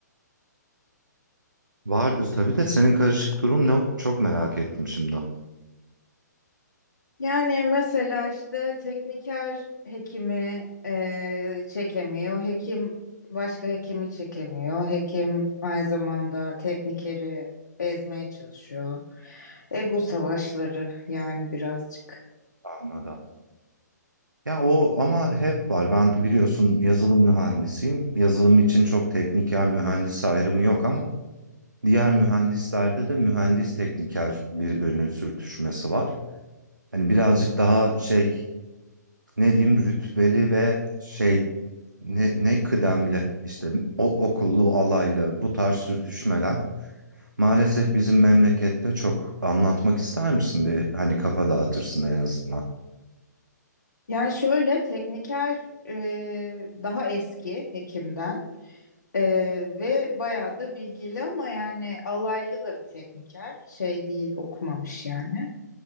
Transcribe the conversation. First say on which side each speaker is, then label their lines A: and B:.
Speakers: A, on the right; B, on the left.
A: Vardır tabii de senin karışık durum ne? Çok merak ettim şimdi.
B: Yani mesela işte tekniker hekimi e, çekemiyor. Hekim başka hekimi çekemiyor. Hekim aynı zamanda teknikeri ezmeye çalışıyor. Ego savaşları yani birazcık.
A: Anladım. Ya o ama hep var. Ben biliyorsun yazılım mühendisiyim. Yazılım için çok tekniker mühendis ayrımı yok ama diğer mühendislerde de mühendis tekniker birbirinin sürtüşmesi var. Hani birazcık daha şey ne diyeyim rütbeli ve şey ne, ne kıdemli işte o, okullu alaylı bu tarz sürtüşmeler maalesef bizim memlekette çok anlatmak ister misin bir hani kafa dağıtırsın en azından.
B: Yani şöyle tekniker e, daha eski hekimden e, ve bayağı da bilgili ama yani alaylı da bir tekniker. Şey değil okumamış yani.